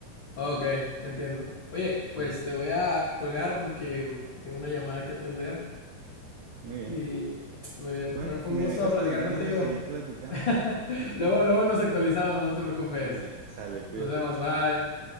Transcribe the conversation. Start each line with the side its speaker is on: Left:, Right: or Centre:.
Left: o- oh, ok, entiendo. Oye, pues
Right: Ent-
Left: te voy a colgar porque tengo una llamada que atender.
Right: Muy bien.
Left: Y muy bien.
Right: Bueno,
Left: Bueno, fue
Right: me
Left: un gusto
Right: dejas
Left: platicar
Right: con las ganas
Left: contigo.
Right: de seguir platicando,
Left: <laughs>
Right: pero pues está
Left: luego,
Right: bien.
Left: luego nos actualizamos, no te preocupes.
Right: Muy bien, sale, cuídate.
Left: Nos vemos, bye.